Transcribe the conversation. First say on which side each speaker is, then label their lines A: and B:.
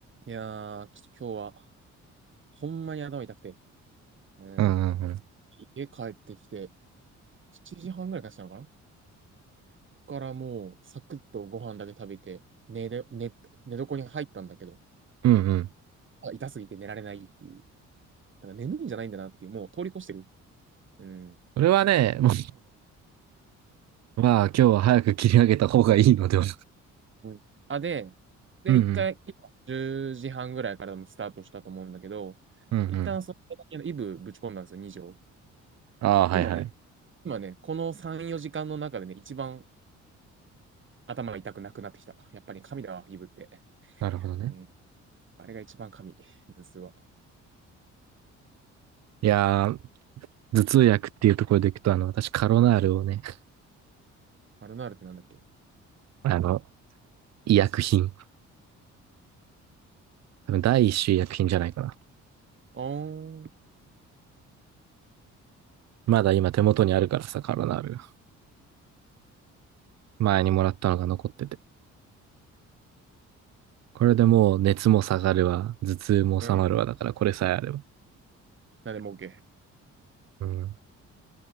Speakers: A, on the right (about 40°); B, on the right (about 60°).
A: いやー、ちょっと今日は、ほんまに頭痛くて、うん。
B: うんうんうん。
A: 家帰ってきて、7時半ぐらいからしたのかなここからもう、サクッとご飯だけ食べて、寝れ、寝、寝床に入ったんだけど、
B: うんうん。
A: あ、痛すぎて寝られないっていう。なんか眠いんじゃないんだなっていう、もう通り越してる。うん。
B: それはね、もう、<laughs> まあ今日は早く切り上げた方がいいのでは。
A: うんあ、で、で、
B: うんうん。
A: 一回、10時半ぐらいからもスタートしたと思うんだけど、
B: うんうん。
A: 一旦その時のイブぶち込んだんですよ、2錠。
B: ああ、はいはい。
A: 今ね、今ね、この3、4時間の中でね、一番頭が痛くなくなってきた。やっぱり神だわ、イブって。
B: なるほどね。
A: うん。あれが一番神。ムスは。
B: いやー、頭痛薬っていうところでいくと、あの、私カロナールをね、
A: マルナールってなんだっけ
B: あの、医薬品。多分第一種医薬品じゃないかな。
A: いや、あーん。
B: まだ今手元にあるからさ、カロナール。前にもらったのが残ってて。これでもう熱も下がるわ、頭痛も収まるわ、
A: うん。
B: だからこれさえあれば。
A: なんでも OK。
B: うん。